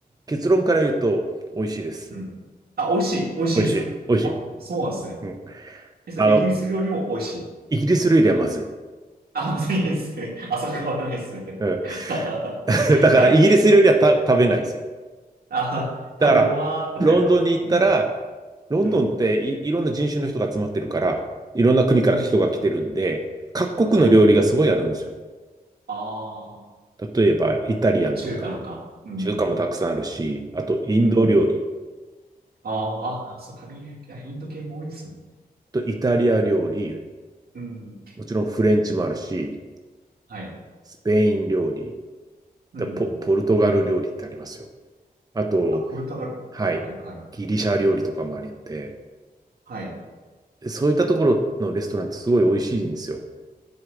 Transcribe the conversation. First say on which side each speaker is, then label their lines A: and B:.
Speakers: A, on the right; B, on the right.
A: 結論から言うと、美味しいです。
B: うん。あ、美味しい、美味しいんですかあ、
A: 美味しい。美味しい。
B: そうなんですね。
A: うん。
B: え、それイギリス料理も美味しい。
A: あの、イギリス料理はまずい。
B: あ、まずいですね。あ、そこはないですね。
A: うん。
B: <laughs> は
A: <laughs> だから、
B: い。
A: イギリス料理はた食べないんですよ。
B: あ、
A: だから、
B: 食べるのは、
A: ロンドンに行ったら、
B: 例えば、うん、
A: ロンドンってい、
B: うん、
A: いろんな人種の人が集まってるから、いろんな国から人が来てるんで、
B: うん。
A: 各国の料理がすごいあるんですよ。
B: はい。ああ、
A: 例えば、イタリアンとか、
B: 中華とか。うん、
A: 中華もたくさんあるし、あと、インド料理
B: うん。あーあ、そう、食べる、あインド系も多いですね。
A: とイタリア料理、
B: うん。
A: もちろんフレンチもあるし、
B: はい。
A: スペイン料理、
B: うん。
A: だポ、ポルトガル料理ってありますよ。あと、
B: あ、ポルトガル。
A: はい、
B: はいはいはい。
A: ギリシャ料理とかもあるんで、
B: はい。
A: そういったところのレストランってすごい美味しいんですよ。